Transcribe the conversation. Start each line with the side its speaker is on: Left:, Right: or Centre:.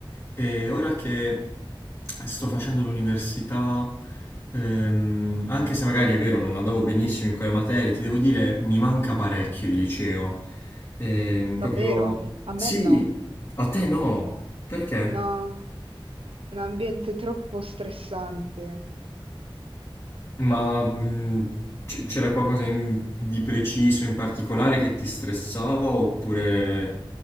Left: E ora che sto facendo l'università, ehm, anche se magari è vero, non andavo benissimo in quelle materie, ti devo dire, mi manca parecchio il liceo. Ehm, proprio...
Right: Davvero? A me
Left: Sì,
Right: no.
Left: a te no. Perché?
Right: No, un ambiente troppo stressante.
Left: Ma mh, c- c'era qualcosa in- di preciso, in particolare, che ti stressava oppure